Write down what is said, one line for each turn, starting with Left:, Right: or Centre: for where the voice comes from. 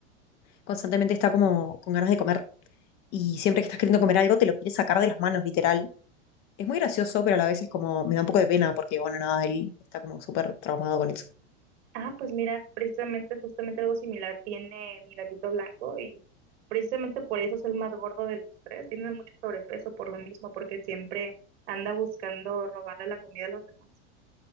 Left: constantemente está como con ganas de comer y siempre que estás queriendo comer algo te lo quieres sacar de las manos, literal. Es muy gracioso, pero a la vez es como, me da un poco de pena porque, bueno, nada, él está como súper traumado con eso.
Right: Ah, pues mira, precisamente, justamente algo similar tiene mi gatito blanco y precisamente por eso es el más gordo de los tres. Tiene mucho sobrepeso por lo mismo, porque siempre anda buscando robarle la comida a los demás.